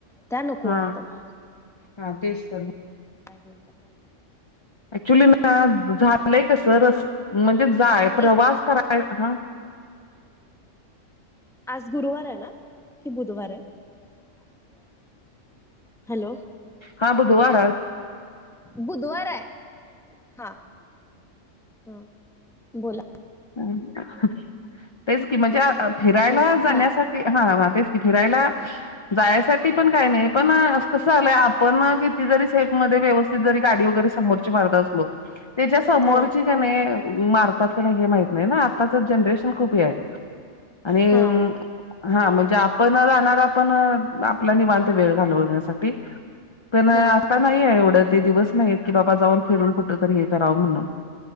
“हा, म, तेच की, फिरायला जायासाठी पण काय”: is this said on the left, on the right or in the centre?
Left